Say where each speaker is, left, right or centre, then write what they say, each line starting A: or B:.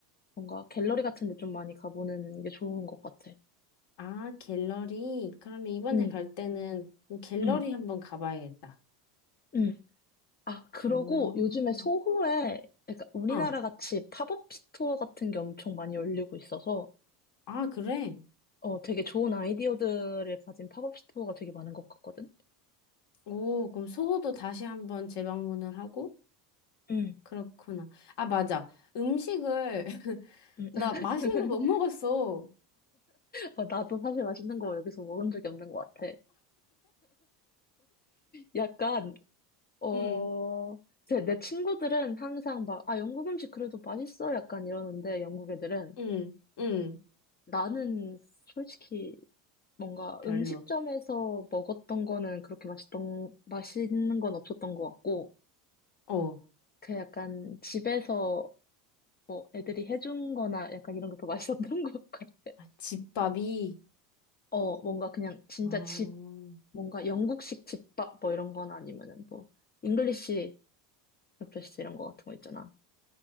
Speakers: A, on the left; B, on the left.
A: 뭔가 갤러리 같은 데 좀 많이 가보는 게 좋은 것 같아.
B: 아, 갤러리. 그러면 이번에
A: 응,
B: 갈 때는 갤러리
A: 응,
B: 한번 가봐야겠다.
A: 응. 아, 그러고
B: 오.
A: 요즘에 소호에 그러니까 우리나라
B: 어.
A: 같이 팝업 스토어 같은 게 엄청 많이 열리고 있어서
B: 아, 그래?
A: 어, 되게 좋은 아이디어들을 가진 팝업 스토어가 되게 많은 것 같거든.
B: 오, 그럼 소호도 다시 한번 재방문을 하고?
A: 응,
B: 그렇구나. 아, 맞아. 음식을, <laughs>
A: 응.
B: 나
A: <laughs>
B: 맛있는 걸 못 먹었어.
A: 어, 나도 사실 맛있는 거 여기서 먹은 적이 없는 것 같아. 약간, 어,
B: 응,
A: 제, 내 친구들은 항상 막, 아, 영국 음식 그래도 맛있어? 약간 이러는데, 영국 애들은.
B: 응, 응.
A: 나는 솔직히 뭔가
B: 별로.
A: 음식점에서 먹었던 거는 그렇게 맛있던, 맛있는 건 없었던 것 같고,
B: 어.
A: 그 약간 집에서 뭐 애들이 해준 거나 약간 이런 게 더 맛있었던 <laughs> 것 같아.
B: 아, 집밥이.
A: 어, 뭔가 그냥 진짜
B: 어.
A: 집, 뭔가 영국식 집밥 뭐 이런 건 아니면은 뭐, 잉글리시 브렉퍼스트 이런 거 같은 거 있잖아.